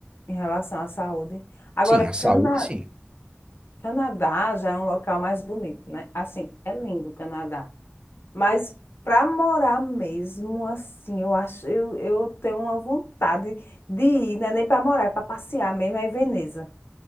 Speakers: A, on the left; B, on the right.
A: em relação à saúde. Agora,
B: Sim,
A: Cana,
B: a saúde, sim.
A: Canadá já é um local mais bonito, né? Assim, é lindo o Canadá. Mas para morar mesmo, assim, eu acho, eu, eu tenho uma vontade de ir, não é nem para morar, é para passear mesmo, é em Veneza.